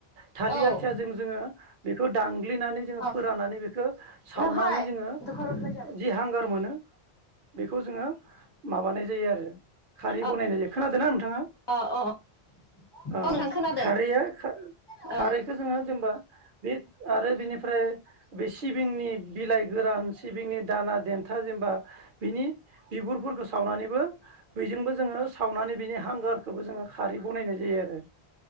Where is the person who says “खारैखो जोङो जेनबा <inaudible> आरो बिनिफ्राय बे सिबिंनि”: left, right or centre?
Right